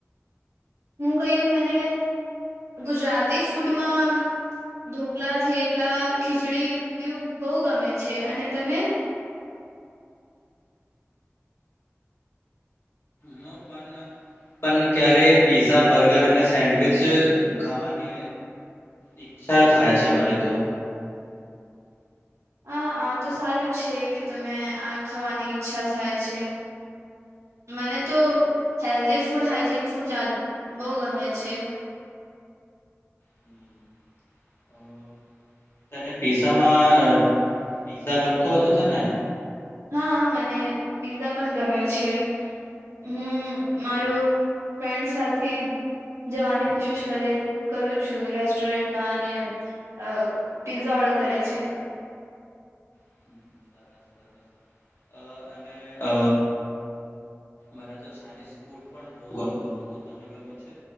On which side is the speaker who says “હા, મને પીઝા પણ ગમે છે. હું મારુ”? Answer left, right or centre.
Right